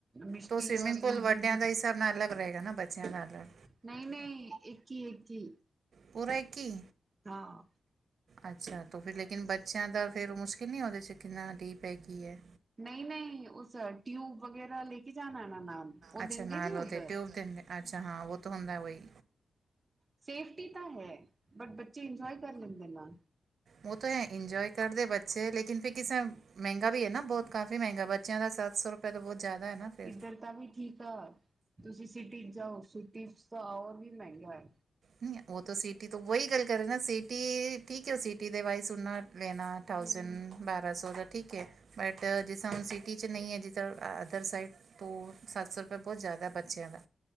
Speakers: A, on the right (about 30°); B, on the right (about 65°).
A: ਮਿਸ਼ਟੀ
B: ਤ ਸਵੀਮਿੰਗ
A: ਔਰ
B: ਪੂਲ
A: ਰੂਦਰੀ
B: ਵੱਡਿਆਂ
A: ਦੀ
B: ਦਾ ਹੀ ਦਾ ਅਲੱਗ ਰਹੇਗਾ, ਨਾ ਬੱਚਿਆਂ ਦਾ ਅਲਗ।
A: ਨਹੀ- ਨਹੀਂ, ਇੱਕ ਹੀ -ਇੱਕ ਹੀ
B: ਪੂਰਾ ਇਕ ਹੀ।
A: ਹਾਂ
B: ਅੱਛਾ, ਤੋ ਫਿਰ ਲੇਕਿਨ ਬੱਚਿਆਂ ਦਾ ਫੇਰ ਮੁਸ਼ਕਿਲ ਨੀ ਓਹਦੇ ਚ ਕਿੰਨਾ ਡੀਪ ਏ ਕੀ ਐ?
A: ਨਹੀਂ-ਨਹੀਂ, ਉਸ ਟਿਊਬ ਵਗੈਰਾ ਲੇ ਕੇ ਜਾਣਾ ਨਾ ਨਾਲ ਓਹ
B: ਅੱਛਾ
A: ਦੇਦੇ
B: ਨਾਲ
A: ਵੀ ਔਧਰ।
B: ਉਹਦੇ ਟਿਊਬ ਦਿੰਦੇ ਅੱਛਾ, ਹਾਂ ਉਹ ਤਾਂ ਹੁੰਦਾ ਉਹੀ।
A: ਸੇਫਟੀ ਤਾਂ ਹੈ, ਬਟ ਬੱਚੇ ਇੰਜੋਏ ਕਰ ਲੈਂਦੇ ਨਾ।
B: ਓਹ ਤਾਂ ਐ ਇੰਜੋਏ ਕਰਦੇ ਬੱਚੇ, ਲੇਕਿਨ ਫਿਰ ਕਿਸੇ ਮੈੰਗਾ ਵੀ ਏ ਨਾ ਬੌਤ। ਕਾਫੀ ਮੈੰਗਾ ਬੱਚਿਆਂ ਦਾ ਸੱਤ ਸੌ ਰੁਪਏ ਤੋਂ ਬੋਤ ਜੈਦਾ ਐ ਨਾ। ਫਿਰ
A: ਇੱਧਰ ਤਾਂਵੀ ਠੀਕ ਆ ਤੁਸੀਂ ਸਿਟੀ ਚ ਜਾਓ ਸਿਟੀ ਚ ਤਾਂ ਔਰ ਵੀ ਮੈੰਗਾ ਐ।
B: ਨੀ, ਓਹ ਤੋ ਸਿਟੀ ਤੋਂ ਵੋਹੀ ਗੱਲ ਕਰਰੇ ਨਾ ਸਿਟੀ ਠੀਕ ਏ ਔ ਸਿਟੀ ਦੇ ਵਾਈਸ ਉਹਨਾਂ ਲੈਨਾ ਥਾਊਜਣ।
A: ਹਮ
B: ਬਾਰ੍ਹਾਂ ਸੌ ਦਾ ਠੀਕ ਹੈ ਬਟ ਜਿੱਸਾ ਸਿਟੀ 'ਚ ਨਹੀਂ ਹੈ ਜੀਦਾ ਅਦਰ ਸਾਈਡ ਤੋ ਸੱਤ ਸੌ ਰੁਪਏ ਬਹੁਤ ਜ਼ਿਆਦਾ ਬੱਚਿਆਂ ਦਾ।